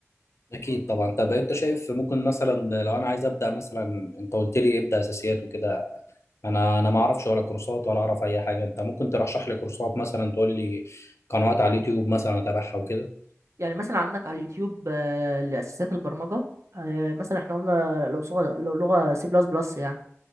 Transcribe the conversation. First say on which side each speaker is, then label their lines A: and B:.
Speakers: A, on the left (about 65°); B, on the right (about 70°).
A: اكيد طبعا طب انت شايف ممكن مثلا لو انا عايز ابدا مثلا انت قلت لي ابدا اساسيات وكده انا انا ما اعرفش ولا كورسات ولا اعرف اي حاجه انت ممكن ترشح لي كورسات مثلا تقول لي قنوات على اليوتيوب مثلا اتابعها وكده
B: يعني مثلا عندك على اليوتيوب آه، لأساسيات البرمجة آه، مثلا احنا قلنا لو صغة لو لغة سي بلس بلس يعني